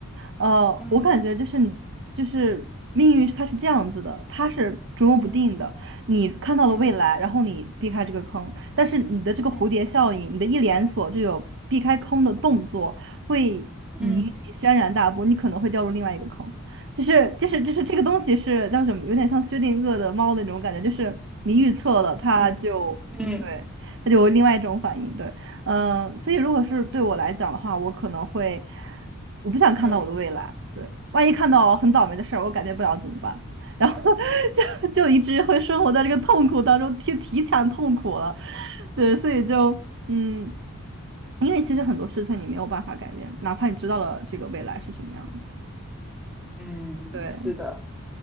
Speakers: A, on the right; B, in the centre.
A: 呃，
B: 嗯
A: 我感觉就是你就是命运它是这样子的，它是捉摸不定的。
B: 嗯
A: 你看到了未来，
B: 嗯
A: 然后你避开这个坑，但是你的这个蝴蝶效应，
B: 嗯
A: 你的一连锁这个避开坑的动作，会引起轩然大波，
B: 嗯
A: 你可能会掉入另外一个坑。就是就是就是这个东西是叫什么？
B: 嗯嗯
A: 有点像薛定谔的猫那种感觉，就是你预测了，它就对，
B: 嗯嗯
A: 它就有另外一种反应，对。嗯，呃所以如果是对我来讲的话，我可能会，我不想看到我的未来。
B: 嗯
A: 对，万一看到很倒霉的事儿，我改变不了怎么办？然后 <laughs> 就就一直会生活在这个痛苦当中，提提前痛苦了。对，所以就嗯，因为其实很多事情你没有办法改变，哪怕你知道了这个未来是什么样的。
B: 嗯，
A: 对，
B: 是的。